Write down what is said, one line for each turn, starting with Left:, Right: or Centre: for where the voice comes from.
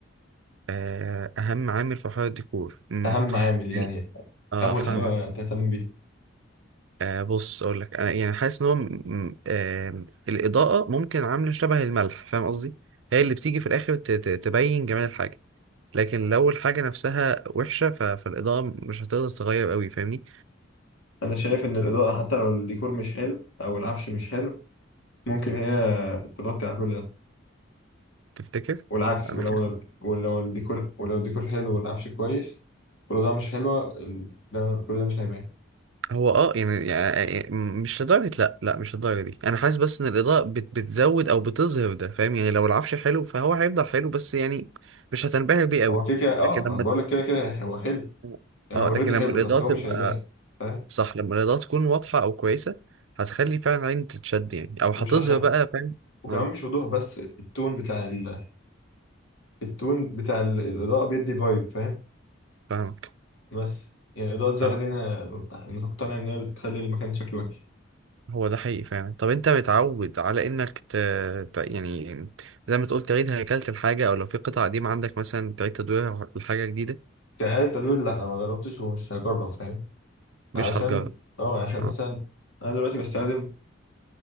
Right: آه أهم عامل في حوار الديكور امم
Left: اهم عامل
Right: يعني
Left: يعني
Right: اه
Left: اول
Right: فاهمك
Left: حاجه تهتم بيها
Right: آه بص اقول لك انا يعني حاسس ان هو م- م- آه الاضاءه ممكن عامله شبه الملح فاهم قصدي هي اللي بتيجي في الاخر ت- ت- تبين جمال الحاجه لكن لو الحاجه نفسها وحشه ف- فالاضاءه مش هتقدر تغير قوي فاهمني
Left: انا شايف ان الاضاءه حتى لو الديكور مش حلو او العفش مش حلو ممكن هي تغطي على كل ده
Right: تفتكر
Left: والعكس
Right: انا
Left: ولو
Right: حاسس
Left: ولو الديكور ولو الديكور حلو والعفش كويس والاضاءه مش حلوه ال- ده كل ده مش هيبان
Right: هو اه يعني, يعني مش لدرجه لا لا مش للدرجه دي انا حاسس بس ان الاضاءه بت بتزود او بتظهر ده فاهم يعني لو العفش حلو فهو هيفضل حلو بس يعني مش هتنبهر بيه قوي
Left: هو كده كده اه
Right: لكن لما
Left: ما انا بقول لك كده كده هو حلو
Right: <laughs>
Left: يعني
Right: اه
Left: هو اوريدي
Right: لكن لما
Left: حلو
Right: الاضاءه
Left: بس هو
Right: تبقى
Left: مش هيبان فاهم
Right: صح لما الإضاءة تكون واضحة أو كويسة هتخلي فعلا العين تتشد يعني أو
Left: ومش
Right: هتظهر
Left: عشان
Right: بقى فاهم
Left: وكمان
Right: اه
Left: مش وضوح بس التون بتاع ال... التون بتاع ال- الاضاءه بيدي فايب فاهم
Right: فاهمك
Left: بس يعني إضاءة زرقاء
Right: فاهم
Left: دي أنا مقتنع إن هي بتخلي المكان شكله وحش
Right: هو ده حقيقي فعلا طب أنت متعود على إنك ت... ت... يعني زي ما تقول تعيد هيكلة الحاجة أو لو في قطعة قديمة عندك مثلا تعيد تدويرها لحاجة جديدة
Left: كإعادة تدوير لأ ما جربتش ومش هجرب فاهم
Right: مش
Left: عشان
Right: هتجرب
Left: أه عشان
Right: اه
Left: مثلا أنا دلوقتي بستخدم